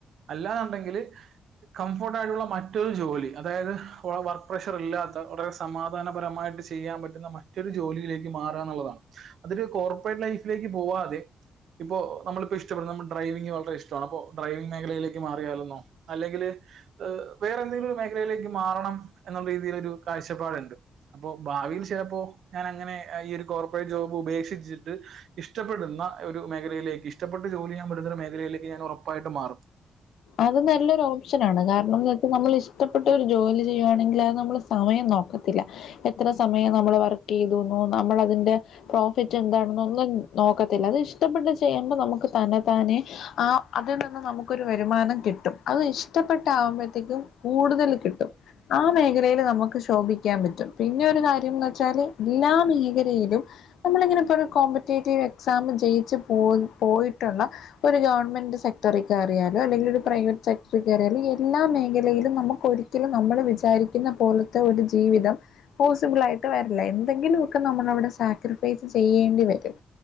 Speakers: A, on the right; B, on the left.
A: അല്ലാന്നുണ്ടെങ്കിൽ. കംഫോർട്ട് ആയിട്ടുള്ള മറ്റൊരു ജോലി അതായത് വർക്ക് പ്രഷർ ഇല്ലാത്ത വളരെ. സമാധാനപരമായിട്ട് ചെയ്യാ പറ്റുന്ന മറ്റൊരു ജോലിയിലേക്ക് മാറാന്നുള്ളതാണ്. അതൊരു കോർപ്പറേറ്റ് ലൈഫിലേക്ക് പോവാതെ. ഇപ്പൊ നമ്മിപ്പോ ഇഷ്ടപ്പെടുന്നു നമ്മ ഡ്രൈവിംങ് വളരെ ഇഷ്ടമാണ് അപ്പോ. ഡ്രൈവിംഗ് മേഖലയിലേക്ക് മാറിയാലെന്നോ അല്ലെങ്കിൽ. വേറെ എന്തെങ്കിലും ഒരു മേഖലയിലേക്ക് മാറണം എന്നുള്ള രീതിയിലൊരു കാഴ്ചപ്പാടുണ്ട്. അപ്പൊ ഭാവിയിൽ ചെലപ്പോ ഞാൻ അങ്ങനെ അ ഈ ഒരു കോർപ്പറേറ്റ് ജോബ് ഉപേക്ഷിച്ചിട്ട്. ഇഷ്ടപ്പെടുന്ന ഒരു മേഖലയിലേക്ക് ഇഷ്ടപ്പെട്ട് ജോലി ചെയ്യാൻ പറ്റുന്ന ഒരു മേഖലയിലേക്ക് ഞാൻ ഉറപ്പായിട്ടും മാറും.
B: അത് നല്ലൊരു ഓപ്ഷനാണ് കാരണംന്ന് വെച്ചാൽ നമ്മൾ ഇഷ്ടപ്പെട്ട ഒരു ജോലി ചെയ്യുയാണെങ്കിൽ അത് നമ്മ സമയം നോക്കത്തില്ല എത്ര സമയം നമ്മൾ വർക്ക് ചെയ്െത ന്നൊ നമ്മൾ അതിറെ പ്രോഫിറ്റ് എന്താണെന്നൊന്നും നോക്കത്തില്ല അത് ഇഷ്ടപ്പെട്ട് ചെയ്യുമ്പോ നമുക്ക് തന്നെ താനെ. ആ അതിൽ നിന്ന് നമുക്കൊരു. വരുമാനം കിട്ടും അത് ഇഷ്ടപ്പെട്ട് ആകുമ്പോത്തേക്കും കൂടുതൽ കിട്ടും. ആ മേഖലയില് നമുക്ക് ശോഭിക്കാൻ പറ്റും പിന്നെ ഒരു കാര്യംന്ന് വെച്ചാല് എല്ലാ മേഖലയിലും. നമ്മളിങ്ങനെ ഇപ്പോ ഒരു കോമ്പറ്റേറ്റീവ് എക്സാം ജയിച്ച് പോ പോയിട്ടുള്ള. ഒരു ഗവൺമെന്റ് സെക്ടറിക്കയറിയാ ത അല്ലെങ്കിൽ ഒരു പ്രൈവറ്റ് സെക്ടറി കേറ്യാല് ഈ എല്ലാ മേഖലയിലും നമുക്ക് ഒരിക്കലും നമ്മൾ വിചാരിക്കുന്ന പോല. മ ഒരു ജീവിതം. പോസിബിൾ ആയിട്ട് വരില്ല എന്തെങ്കിലുമൊക്കെ നമ്മളവിടെ സാക്രിഫൈസ് ചെയ്യേണ്ടി വരും.